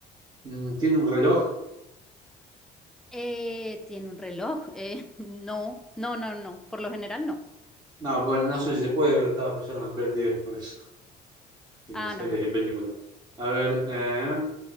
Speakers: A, on the right (about 25°); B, in the centre.
A: Mm, ¿Tiene un reloj?
B: Eh, tiene un reloj. Eh, <laughs> no, no, no, no. Por lo general, no.
A: No, bueno, no sé si se puede, pero estaba pensando en ver 10, por eso. <laughs> En
B: Ah,
A: series
B: no, no, no.
A: y películas. A ver, eh,